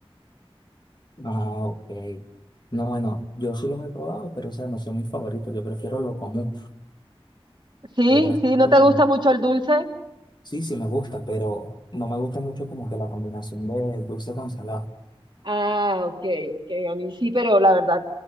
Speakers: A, on the left; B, on the right.
A: Ah, ok. No, bueno, yo sí los he probado, pero o sea, no son mis favoritos, yo prefiero lo común.
B: Sí,
A: Yo prefiero
B: sí, ¿no
A: lo
B: te
A: común.
B: gusta mucho el dulce?
A: Sí, sí me gusta, pero no me gusta mucho como que la combinación de dulce con salado.
B: Ah, ok, ok. A mí sí, pero la verdad